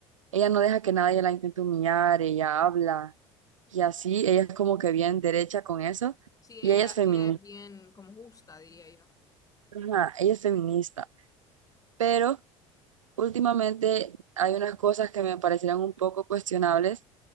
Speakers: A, on the right; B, on the left.
A: ella no deja que nadie la intente humillar, ella habla, y así, ella es como que bien derecha con eso,
B: Sí, ella,
A: y ella es feminista,
B: ella es bien como justa, diría yo.
A: ella es feminista, pero últimamente hay unas cosas que me parecieron un poco cuestionables,